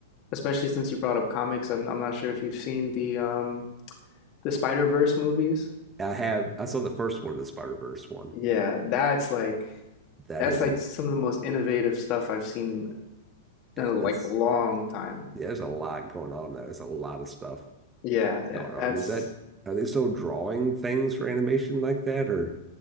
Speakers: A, on the left (about 40°); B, on the right (about 15°).
A: especially since you brought up comics, I'm I'm not sure if you've seen the um the Spider-Verse movies.
B: I have. I saw the first one of the Spider-Verse one.
A: Yeah, that's like
B: That
A: that's
B: isn't.
A: like some of the most innovative stuff I've seen in
B: Man,
A: like
B: that's
A: a long time.
B: Yeah, there's a lot going on there. There's a lot of stuff
A: Yeah,
B: going
A: yeah.
B: on.
A: That's
B: Is that are they still drawing things for animation like that, or